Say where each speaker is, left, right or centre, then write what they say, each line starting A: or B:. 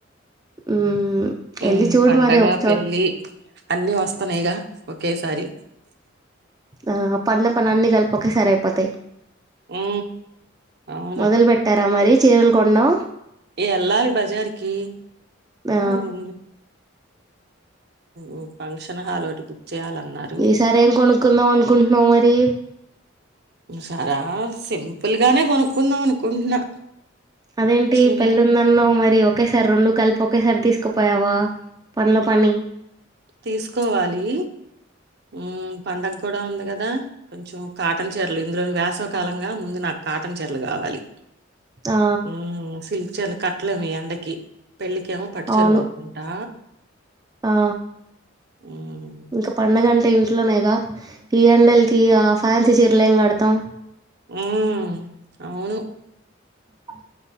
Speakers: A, on the right; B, on the right.
A: మ్మ్
B: ఉ
A: ఎళ్ళి చూడు
B: పండగ,
A: మరి ఒకచోట
B: పెళ్లి అన్ని వస్తన్నాయిగా ఒకేసారి
A: ఆ పనుల పని అన్ని కలిపి ఒకె సారి అయిపోతాయి
B: ఉ అవును
A: మొదలు పెట్టారా మరి చీరలు కొన్నా
B: ఇక ఎల్లాలే బజారుకి
A: ఆ
B: ము ఉ ఫంక్షన్ హాల్ ఒకటి బుక్ చేయాలన్నారు
A: ఈసారి ఏం కొనుక్కుందాం అనుకుంటున్నావు మరి
B: చాలా సింపుల్ గానే కొనుక్కుందాం అనుకుంటున్నా
A: అదేం ఎంటి
B: చిన్న
A: పెళ్లిందన్నవు మరి ఒకేసారి రెండు కలిపి ఒకేసారి తీసుకుపోయావా పనిలో పని
B: తీసుకోవాలి ఉ పండగ కూడా ఉంది కదా కొంచెం కాటన్ చీరలు ఇందులో వేసవి కాలం కదా ముందు నాకు కాటన్ చీరలు కావాలి
A: ఆ
B: మ్మ్ సిల్క్ చీరలు కట్టలేమ్ ఈ ఎండకి పెళ్లికేమో పట్టు
A: అవును
B: చీర కొనుక్కుంటా
A: ఆ
B: ఉమ్
A: ఇంకా పండగ ఇంట్లోనేగా ఈ ఎండల్ కీ ఆ ఫ్యాన్సీ చీర్ <unintelligible> లేం కడతాం
B: ఉమ్మ్ అవును
A: అ